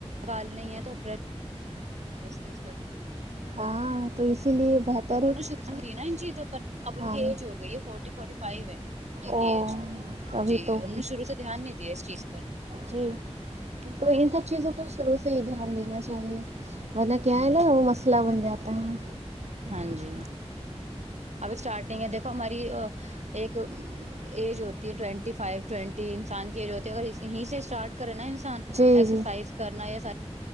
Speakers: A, on the right; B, on the right.
A: بالنی ہے تو اوپر اس چیز کا
B: ہاں تو اسی لیے بہتر
A: انوں
B: ہے
A: نے شروع سے دی نا ان چیزوں پر اب ان
B: ہاں
A: کی ایج ہو گئی یہ فورٹی فورٹی فائیو ہے ان
B: او
A: کی ایج
B: تبھی
A: جی
B: تو
A: اور انہوں نے شروع سے دھیان نہیں دیا دی اس چیز پر
B: جی تو ان سب چیزوں پر شروع سے ہی دھیان دینا چاہیے اہ کیا
A: جی
B: ہے نا وہ مسئلہ جاتا ہیں
A: ہاں جی اب اسٹارٹنگ ہے دیکھو ہماری ایک ایج ہوتی ٹوینٹی فائیو ٹوینٹی انسان کے ایج ہوتے ہے اگر یہیں سے اسٹارٹ کرے نا ان
B: جی
A: ایکسرسائز
B: جی
A: کرنا یا سار